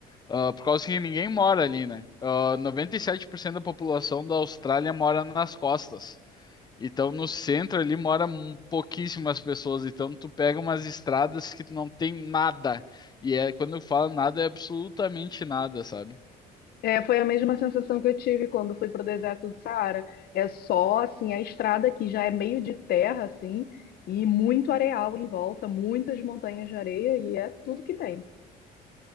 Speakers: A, on the left; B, on the left.
A: ah, por causa que ninguém mora ali, né? Ah, 97% da população da Austrália mora nas costas. Então, no centro ali mora mu- pouquíssimas pessoas. Então, tu pega umas estradas que tu não tem nada. E é, quando eu falo nada, é absolutamente nada, sabe?
B: É, foi a mesma sensação que eu tive quando fui para o deserto do Saara. É só assim a estrada que já é meio de terra assim e muito areal em volta, muitas montanhas de areia e é tudo que tem.